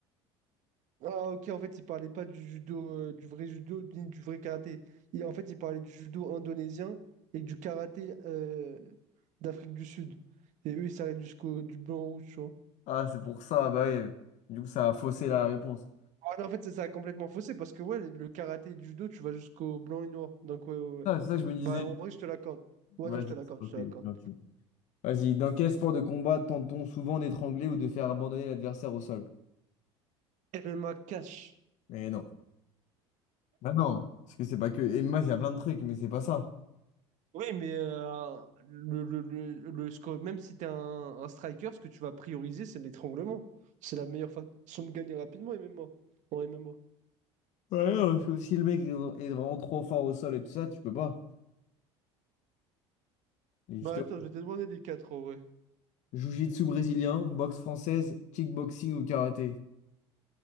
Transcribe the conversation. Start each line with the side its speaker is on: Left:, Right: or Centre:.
Right: Ah, ok, en fait, il parlait pas du judo, euh, du vrai judo, ni du vrai karaté. Il, en fait, il parlait du judo indonésien et du karaté euh, d'Afrique du Sud. Et eux, ils s'arrêtent jusqu'au du blanc-rouge,
Left: Ah, c'est pour ça, bah ouais. Du coup, ça a faussé la réponse.
Right: Ouais, non, en fait, c'est ça a complètement faussé parce que ouais, le karaté et le judo, tu vas jusqu'au blanc et noir. Donc ouais, ouais, ouais.
Left: Ah, c'est ça que je me disais.
Right: Bah en vrai, je te l'accorde. Ouais,
Left: Vas-y,
Right: non, je te l'accorde,
Left: ok,
Right: je te l'accorde.
Left: ok. Vas-y, dans quel sport de combat tente-t-on souvent d'étrangler ou de faire abandonner l'adversaire au sol?
Right: MMA cash.
Left: Mais non. Bah non, parce que c'est pas que. Et moi, il y a plein de trucs, mais c'est pas ça.
Right: Oui, mais euh, le, le, le, le sco- même si t'es un, un striker, ce que tu vas prioriser, c'est l'étranglement. C'est la meilleure façon de gagner rapidement MMA. En MMA.
Left: Ouais, non, parce que si le mec est est vraiment trop fort au sol et tout ça, tu peux pas. Et justement,
Right: Bah attends, je vais te demander les quatre en vrai.
Left: jiu-jitsu brésilien, boxe française, kickboxing ou karaté.